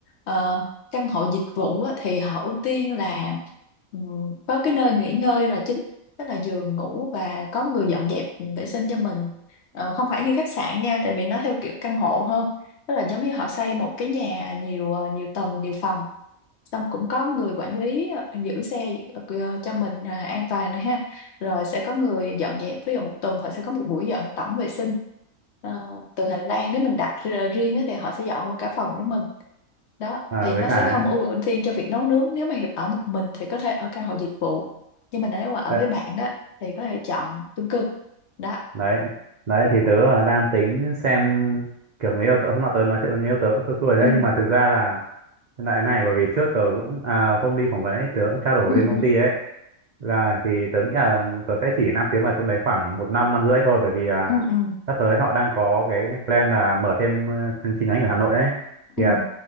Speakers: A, on the left; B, on the right.
A: Ờ, căn hộ dịch vụ á, thì họ ưu tiên là ừ, có cái nơi nghỉ ngơi là chính tức là giường ngủ và có người dọn dẹp ừ, vệ sinh cho mình Ờ, không phải như khách sạn nha tại vì nó theo kiểu căn hộ hơn tức là giống như họ xây một cái nhà nhiều ờ, nhiều tầng nhiều phòng xong cũng có người quản lý ờ, giữ xe ờ, ờ, cho mình à, an toàn này ha rồi sẽ có người dọn dẹp ví dụ một tuần họ sẽ có một buổi dọn tổng vệ sinh Ờ, từ hành lang nếu mình đặt ra riêng á thì họ sẽ dọn luôn cả phòng của mình đó
B: à,
A: thì
B: với
A: nó
B: cả
A: sẽ không
B: ấy,
A: ưu tiên cho việc nấu nướng nếu mà Hiệp ở một mình thì có thể ở căn hộ dịch vụ nhưng mà nếu mà ở
B: đấy,
A: với bạn á thì có thể chọn chung cư đó
B: đấy đấy thì tớ ờ, đang tính xem kiểu người yêu tớ hôm nọ tớ nói chuyện với người yêu tớ cũng xui xui đấy
A: ừ
B: nhưng mà thực ra là hiện này bởi vì trước tớ cũng à, hôm đi phỏng vấn ấy tớ cũng trao đổi
A: ừ
B: với công
A: ừ
B: ty ấy là thì tớ nghĩ là tớ sẽ chỉ nam tiến vào trong đấy khoảng một năm năm rưỡi thôi bởi vì là
A: ừ ừ
B: sắp tới họ đang có cái plan là mở thêm ờ, chương nhánh ở Hà Nội ấy thì
A: ừ
B: à,